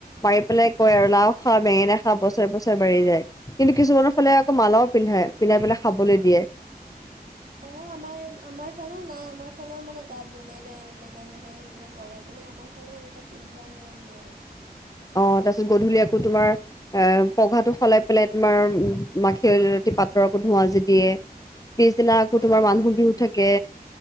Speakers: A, on the left (about 20°); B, on the right (about 55°).
A: মাৰি পেলাই কয় আৰু লাও খা বেঙেনা। খা বছৰে বছৰে বাঢ়ি যায় কিন্তু কিছুমানৰ ফালে আকৌ মালাও পিন্ধাই পিন্ধাই পেলাই খাবলৈ দিয়ে।
B: অ' আমাৰ আমাৰ ফালেও নাই। আমাৰ ফালেও মানে গাত দলিয়াই দিয়ে এনেকৈ মানে সেইবিলাক কৰে মানে আমাৰ ফালেও এনেকুৱা পিন্ধোৱা নিয়ম নাই।
A: অ' তাৰ পিছত গধূলি আকৌ তোমাৰ এ পঘাটো সলাই পেলাই তোমাৰ মাখি- খেলতি পাতৰ আকৌ ধোঁৱাজি দিয়ে পিছদিনা আকৌ
B: অঁ
A: তোমাৰ মানুহ বিহু থাকে।